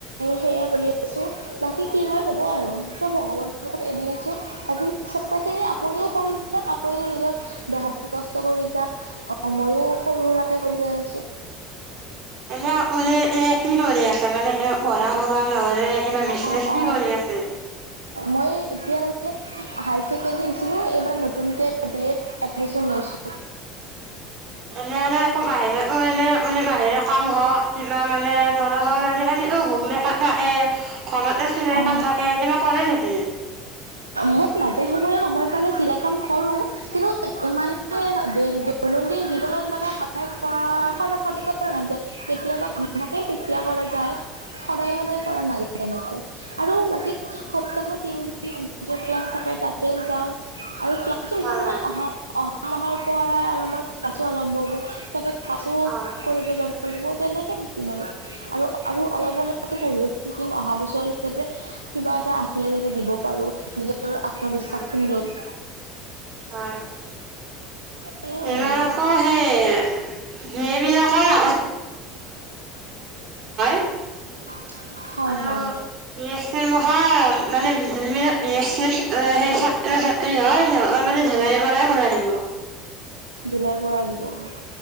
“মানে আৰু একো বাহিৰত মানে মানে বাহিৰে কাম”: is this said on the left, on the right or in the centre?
Right